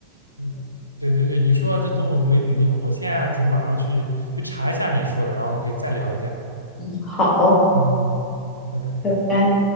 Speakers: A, on the right; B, on the left.
A: 嗯，对对对，你说到这动物都没怎么见过，我现在准备马上去去查一下你说的，然后我们可以再聊一下。
B: 好，
A: 嗯，好，拜拜。
B: 拜拜。